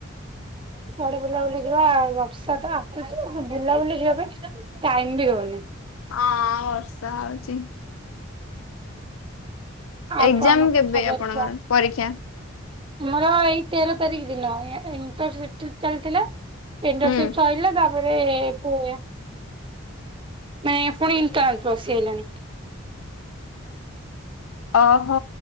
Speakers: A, on the right (about 25°); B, on the left (about 80°).
A: କୁଆଡେ ବୁଲାବୁଲି ଯିବା ଆଉ ବର୍ଷା ତ ଆସୁଛି, ବୁଲାବୁଲି ଯିବା ପାଇଁ ଟାଇମ ବି ହଉନି।
B: ଅଁ ବର୍ଷା ହଉଚି।
A: ଆଉ
B: ଏକ୍ସାମ
A: କଣ
B: କେବେ
A: ଖବର
B: ଆପଣଙ୍କର
A: କୁହ
B: ପରୀକ୍ଷା?
A: ଆମର ଏଇ ତେର ତାରିଖ ଦିନ ଏଣ୍ଟର ସିଟି ଚାଲିଥିଲା। ଇଣ୍ଟରସିପ
B: ହୁଁ।
A: ସରିଲା ତାପରେ ପିଅ ନାଇ ଫୁଣି କ୍ରାନ୍ କଶି ହେଲାଣି।
B: ଅହ